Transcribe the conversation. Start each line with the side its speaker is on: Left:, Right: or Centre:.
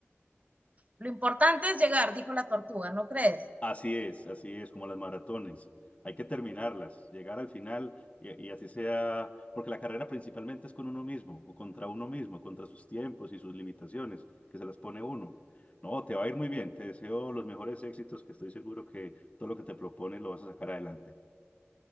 Right: Lo importante es llegar, dijo la tortuga, ¿no crees?
Left: Así es, así es, como las maratones. Hay que terminarlas, llegar al final y, y así sea, porque la carrera principalmente es con uno mismo o contra uno mismo, contra sus tiempos y sus limitaciones que se las pone uno. No, te va a ir muy bien, te deseo los mejores éxitos, que estoy seguro que todo lo que te propones lo vas a sacar adelante.